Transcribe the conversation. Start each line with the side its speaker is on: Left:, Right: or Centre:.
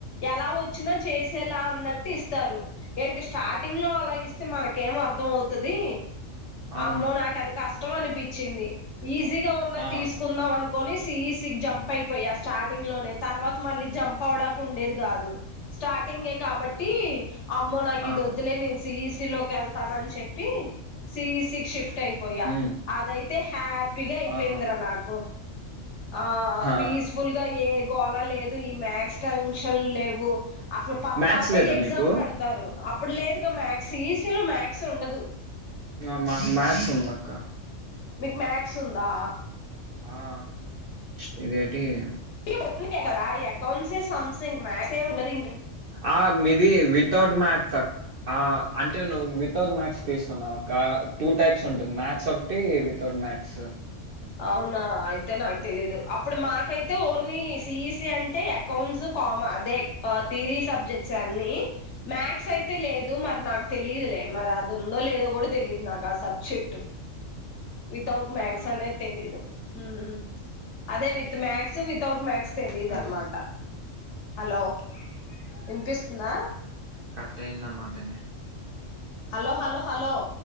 Left: ఎలా వచ్చిన్దో చేసేలా అన్నట్టు ఇస్తారు. ఏంటి స్టార్టింగ్లో అలా ఇస్తే మనకేమ మర్ధ అవుతది.
Right: అవును
Left: అమ్మో నాకది కష్టం అనిపిచ్చింది. ఈజీగా ఉన్నద్
Right: ఆ
Left: తీస్కుందాం అన్కోని సిఈసిక్ జంప్ అయిపోయా స్టార్టింగ్లోనే తర్వాత మళ్ళీ జంప్ అవడాక్ ఉండేది కాదు స్టార్ టింగే కాబట్టి అమ్మో నాకిదొద్దులే
Right: ఆహా
Left: నేన్ సిఈసి లోక్ ఎల్తనన్ చెప్పి సిఈసికి షిఫ్ట్ అయిపోయా
Right: ఉమ్
Left: అదైతే హ్యాపీగా అయిపోయిందిరా
Right: ఆహా
Left: నాకు ఆ
Right: హా
Left: పీస్ఫుల్గా ఏ గోలా లేదు ఈ మ్యాథ్స్ టెన్షన్ లేవు. అసలు పద్ధాకే
Right: మ్యాథ్స్ లేదా
Left: ఎగ్జామ్
Right: మీకు
Left: బెడ్తారు. ఇప్పుడ్ లేదుగా మ్యాథ్స్ సిఈసిలో మ్యాథ్స్ ఉండదు.
Right: మ మాక్ మ్యాథ్స్ ఉందక్క.
Left: మీక్ మ్యాథ్స్ ఉందా?
Right: ఆ స్పిరేటి ఏ
Left: <unintelligible> అకౌంట్స్ సమ్థంగ్ మ్యాథ్స్ ఏ ఉండది.
Right: ఆ మేబి వితౌట్ మ్యాథ్స్ అ ఆ అంటే నువ్ విత్ తౌట్ మ్యాథ్స్ తీస్కున్నావ్ అక్క టూ టైప్స్ ఉంటుంది మ్యాథ్స్ ఒకటి వితౌట్ మ్యాథ్స్.
Left: అవునా అయితే నాక్ తెలీదు అప్పుడు మాకైతే ఓన్లీ సిఈసి అం టే అకౌంట్స్ కోమా అదే ఆ తీరి సబ్జెక్ట్సే అన్ని మ్యాథ్స్ అయితే లేదు మరి నాక్ తె తెలీదులే మరదుందో లేదో గుడా తెలీదు నాక్ సబ్జెక్టు. వితౌట్ మ్యాక్స్
Right: ఆహా
Left: అనే మ్ అదే with maths, without maths తెలీదన్మాట.
Right: hello
Left: హలో విన్పిస్తుందా?
Right: కట్టయింద మధ్యల
Left: హలో హలో హలో!